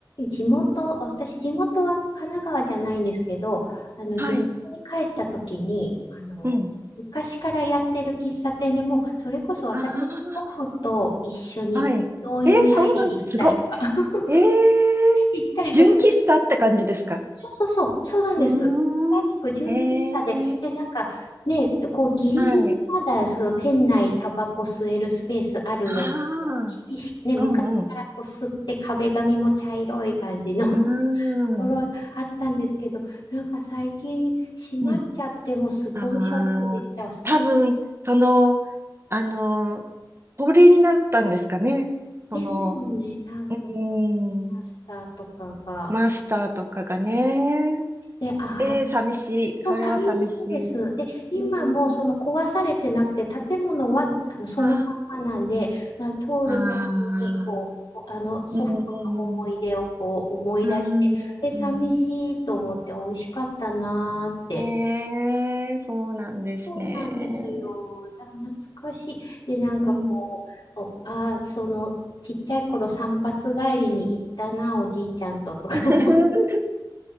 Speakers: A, on the left; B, on the right.
A: 地元、私、地元は神奈川じゃないんですけど、あの、
B: はい。
A: 地元に帰った時に、あの、
B: うん。
A: 昔からやってる喫茶店でもう、それこそ私の祖父と一緒に病院帰りに行ったりとか、
B: ああ、はい。えー、そうなんです。すご
A: <laughs>
B: い。えー、
A: 行ったりとか
B: 純喫茶って感じですか
A: そうそうそう、そうなんです。
B: うーん。
A: まさしく純喫茶で、
B: えー、
A: で、なんかね、こうギリギリまだその店内タバコ吸えるスペースあるような、
B: はい。あ
A: こう厳しくね、昔からこう吸って壁紙も茶色い感じの
B: あ、うんうん。
A: <laughs> と
B: うーん。
A: ころあったんですけど、なんか最近閉まっちゃってもうすごいショックでした。
B: うん。ああ、
A: すご
B: 多分、その、あの、高齢になったんですかね。その、
A: ですよね、多分マ
B: うーん、
A: スターとかが。
B: マスターとかがね。
A: で、あ
B: えー、寂しい。
A: そう、
B: それは寂しい。
A: 寂しいんです。で、今もその壊されてなくて、
B: うん。
A: 建物はあのそのままなんで、
B: あ
A: まあ、通るたびにこう、
B: ああ、
A: こうあの祖父の思い出をこう思い出して、
B: うんうんうんうーん。
A: で、寂しいと思って美味しかったなーって。
B: ねえ、そうなんですね。
A: そうなんですよ。いや懐かしい。で、なんかこう、
B: うん。
A: お、あー、そのちっちゃい頃散髪帰りに行ったな、おじいちゃんととか思
B: <laughs>